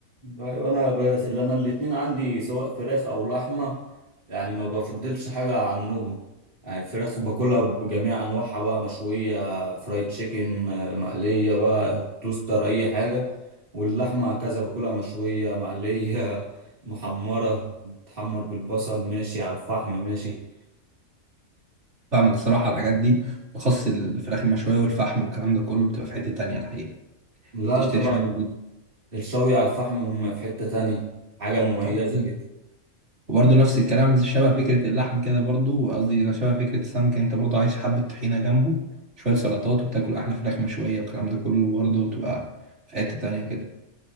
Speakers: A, on the right; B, on the right.
A: ايوه انا بدات اللي انا الاتنين عندي سواء فراخ او لحمه يعني ما بفضلش حاجه عنهم يعني الفراخ باكلها بجميع انواعها بقى مشويه فرايد تشيكن م- مقليه بقى توستر اي حاجه واللحمه كذا باكلها مشويه مقليه <laughs> محمره بتحمر بالبصل ماشي على الفحم ماشي
B: فاهمك الصراحة على الحاجات دي بخص الفراخ المشوية والفحم والكلام ده كله بتبقى في حتة تانية الحقيقة
A: لا
B: تشتري
A: طبعا
B: شوية
A: الشوي على الفحم في حته تانية حاجه مميزه
B: فول.
A: كده
B: وبرضه نفس الكلام زي- شبه فكرة اللحمة كده برضه قصدي لا شبه فكرة السمك يعني انت برضه عايز حبة طحينة جنبه شوية سلطات وتاكل أحلى فراخ مشوية والكلام ده كله برضه بتبقى في حتة تانية كده